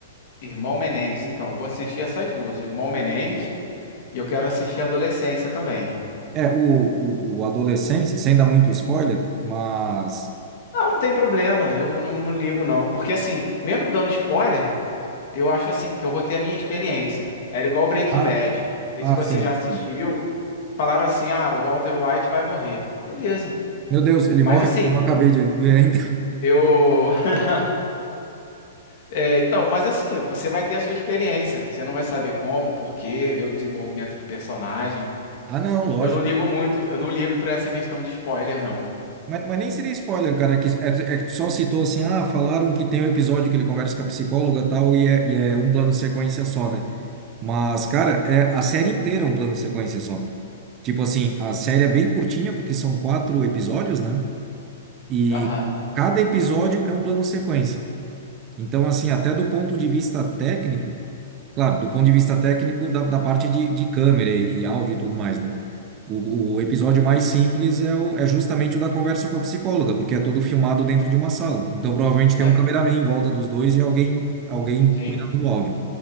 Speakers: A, on the left; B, on the right.
A: Irmão Menengues, então. Eu vou assistir essas duas, o Irmão Menengues, e eu quero assistir Adolescência também.
B: É, o, o, o Adolescência, sem dar muito spoiler, mas.
A: Não, não tem problema, eu não, não ligo não. Porque assim, mesmo dando spoiler, eu acho assim que eu vou ter a minha experiência. Era igual Breaking
B: Ah,
A: Bad. Não sei
B: ah,
A: se você
B: sim,
A: já assistiu.
B: sim.
A: Falaram assim: ah, o Walter White vai morrer. Beleza.
B: Meu Deus, ele
A: Mas
B: morre?
A: assim,
B: Eu não acabei de ver ainda. <laughs>
A: eu. <laughs> É, então, mas assim, você vai ter a sua experiência. Você não vai saber como, por quê, ver o desenvolvimento do personagem.
B: Ah, não, lógico.
A: Eu não ligo muito, eu não ligo pra essa questão de spoiler, não.
B: Mas, mas nem seria spoiler, cara, que é, é que só citou assim, ah, falaram que tem um episódio que ele conversa com a psicóloga e tal, e é, e é um plano sequência só, né? Mas, cara, é a série inteira é um plano sequência só. Tipo assim, a série é bem curtinha, porque são quatro episódios, né? E
A: Aham.
B: cada episódio é um plano sequência. Então, assim, até do ponto de vista técnico, claro, do ponto de vista técnico da, da parte de, de câmera e, áudio e tudo mais, né? O, o episódio mais simples é, o, é justamente o da conversa com a psicóloga, porque é todo filmado dentro de uma sala. Então, provavelmente
A: É,
B: tem um cameraman em volta dos dois e alguém, alguém
A: sim.
B: cuidando do áudio.